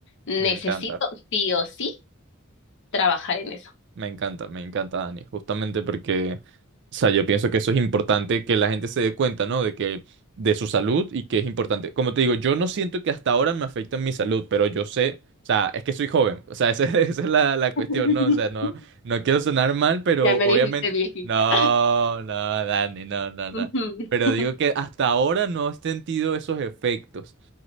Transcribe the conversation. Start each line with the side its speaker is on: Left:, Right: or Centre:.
Left: necesito
Right: me encanta.
Left: sí o sí trabajar en eso.
Right: Me encanta, me encanta, Dani, justamente porque, o sea, yo pienso que eso es importante que la gente se dé cuenta, ¿no? De que, de su salud y que es importante. Como te digo, yo no siento que hasta ahora me afecta en mi salud, pero yo sé, o sea, es que soy joven, o sea, esa, <laughs> esa es la, la cuestión,
Left: <laughs>
Right: ¿no? O sea, no, no quiero sonar mal, pero
Left: Ya me
Right: obviamente,
Left: dijiste viejita.
Right: no, no, Dani, no, no, no.
Left: <laughs>
Right: Pero digo que hasta ahora no he sentido esos efectos,